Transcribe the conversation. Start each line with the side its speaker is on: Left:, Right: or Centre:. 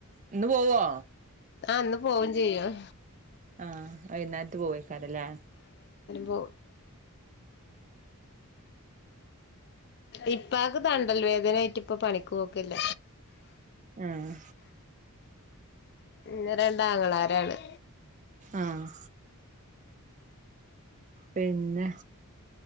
Right: ഇന്ന് പോവോ?
Left: ആഹ് ഇന്ന് പോവും ചെയ്യും.
Right: ആഹ വൈനേരത്ത് പോവായിക്കും അതല്ലേ?
Left: പോ <inaudible> ഉപ്പാക്ക് തണ്ടൽ വേദനായിട്ട് ഇപ്പ പണിക്ക് പോക്കില്ല.
Right: ആഹ്
Left: പിന്ന രണ്ടാങ്ങളാര്. ഏള്
Right: ആഹ് പിന്നെ